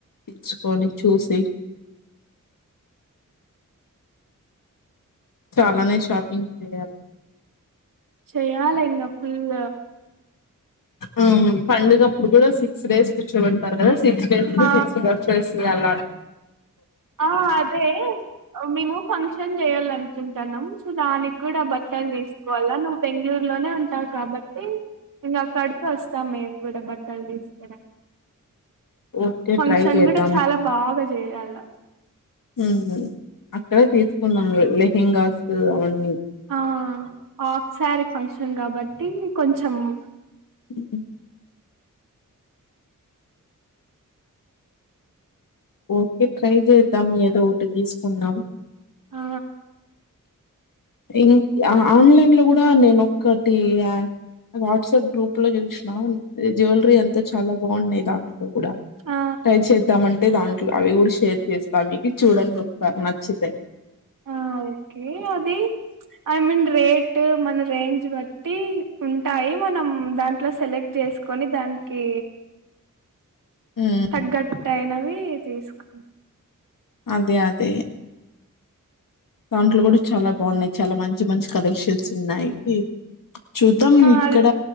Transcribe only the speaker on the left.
పలుచుకొని చూసి చాలానే షాపింగ్ చేయాలి
ఆ పండుగ అప్పుడు కూడా సిక్స్ డేస్ కూర్చోపెటుతారు కదా సిక్స్ డేస్
సిక్స్ డ్రెస్సెస్ వైయాల
ఓకే
ట్రై చేద్దాం
మ్ అక్కడే తీసుకుందాంలె <unintelligible> అవ్వని
ఉ ఓకే ట్రై చేద్దాం ఏదో ఒకటి తీసుకుందాం <inaudible>
ఇంకా ఆన్లైన్ లో కూడా నేను ఒక్కటి వాట్సాప్ గ్రూప్ లో చూసినా జ్యువెలరీ అంతా చాలా బాగున్నాయి దాంట్లో కూడా
ట్రై చేద్దామంటే దాంట్లో అవి కూడా షేర్ చేస్తాను మీకు చూడండి ఒకసారి నచ్చితే
హ్మ్.
అదే అదే దాంట్లో కూడా చాలా బాగున్నాయి చాలా మంచి మంచి కలెక్షన్స్ ఉన్నాయి చూద్దాం
ఇక్కడ